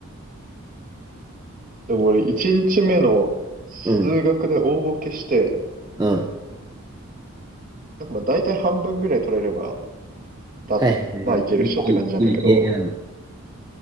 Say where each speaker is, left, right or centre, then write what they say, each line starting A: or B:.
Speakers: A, on the right; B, on the right.
A: でも俺、1日目の
B: うん、
A: 数学で大ボケして、
B: うん。
A: なんかまあ大体半分ぐらい取れれば、だ、
B: はいはいはいはい。
A: まあいけるっしょって感じなんだけど、
B: いい、いい、系、うん。